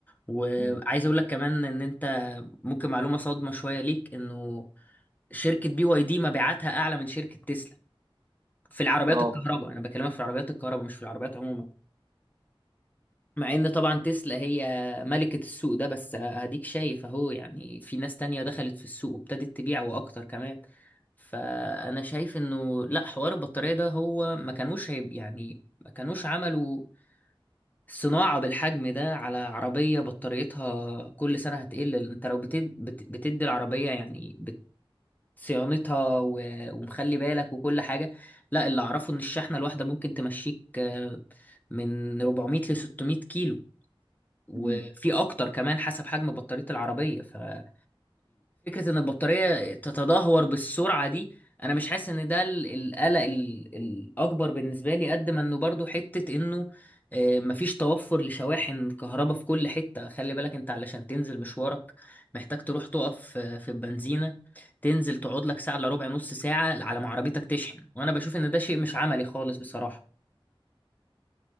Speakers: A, on the left (about 20°); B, on the right (about 40°).
A: وعايز
B: مم.
A: اقول لك كمان ان انت ممكن معلومه صادمه شويه ليك انه شركه بي واي دي مبيعاتها اعلى من شركه تسلا في العربيات
B: اه
A: الكهرباء انا بكلمك في العربيات الكهرباء مش في العربيات عموما مع ان طبعا تسلا هي ملكة السوق ده بس هديك شايف اهو يعني في ناس تانية دخلت في السوق وابتدت تبيع واكتر كمان فانا شايف انه لا حوار البطارية ده هو ما كانوش هيب يعني ما كانوش عملوا صناعة بالحجم ده على عربية بطاريتها كل سنة هتقل انت لو بتد... بت... بتدي العربية يعني بت... صيانتها و... ومخلي بالك وكل حاجة لا اللي اعرفه ان الشحنة الواحدة ممكن تمشيك آه، من 400 ل 600 كيلو وفي
B: مم.
A: اكتر كمان حسب حجم بطارية العربية ففكرة ان البطارية تتدهور بالسرعة دي انا مش حاسس ان ده ال- القلق ال- الاكبر بالنسبة لي قد ما انه برضو حتة انه آه، مفيش توفر لشواحن كهرباء في كل حتة خلي بالك انت علشان تنزل مشوارك محتاج تروح تقف آه، في البنزينة تنزل تقعد لك ساعة الا ربع نص ساعة على ما عربيتك تشحن وانا بشوف ان ده شيء مش عملي خالص بصراحة